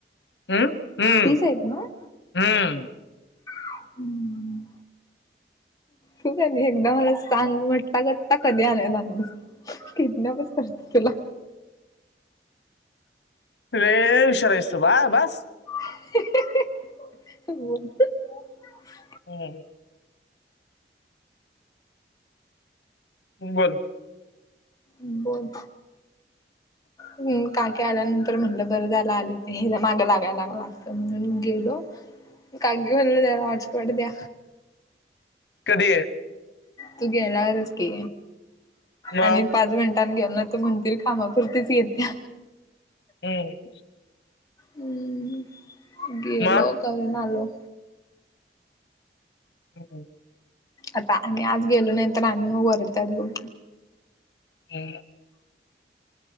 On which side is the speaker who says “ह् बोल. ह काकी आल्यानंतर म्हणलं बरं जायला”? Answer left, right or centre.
Left